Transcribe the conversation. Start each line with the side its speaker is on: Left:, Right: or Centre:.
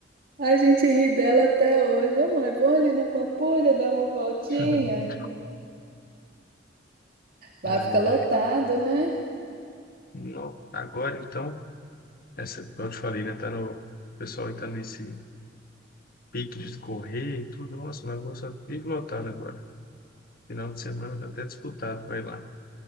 Right: A gente ri dela até hoje. Ô, mãe, vamos ali na Pampulha dar uma voltinha.
Left: <laughs>
Right: Lá
Left: Ai,
Right: fica lotado,
Left: ai.
Right: né?
Left: Não, agora então, essa, como eu te falei, né? Tá no, o pessoal aí tá nesse pique de correr e tudo. Nossa, mas vou só vive lotado agora. Final de semana tá até disputado, vai lá.